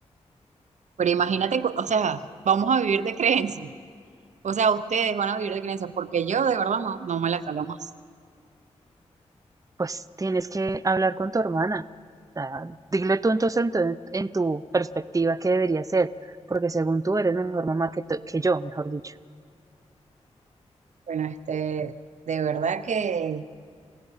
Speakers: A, on the right; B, on the right.
A: Pero imagínate, cu- o sea, vamos a vivir de creencias. O sea, ustedes van a vivir de creencias porque yo de verdad no, no me la calo más.
B: pues tienes que hablar con tu hermana. O sea, dile tú entonces en tu, en tu perspectiva qué debería ser, porque según tú eres mejor mamá que, tú- que yo, mejor dicho.
A: Bueno, este, de verdad que,